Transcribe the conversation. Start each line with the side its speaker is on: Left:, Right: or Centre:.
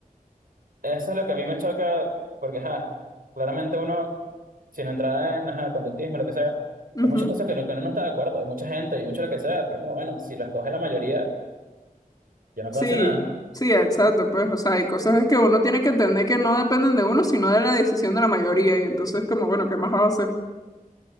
Right: eso es lo que a mí me choca, porque, ja, claramente uno. sin entrar en ajá, conductismo, lo que sea,
Left: ujú.
Right: hay muchas cosas que, lo que uno no está de acuerdo, hay mucha gente y mucho lo que sea, pero es como, bueno, si lo escoge la mayoría, yo no
Left: Sí,
Right: puedo hacer nada.
Left: sí, exacto, pues, o sea, hay cosas que uno tiene que entender que no dependen de uno, sino de la decisión de la mayoría, y entonces como, bueno, ¿qué más hace?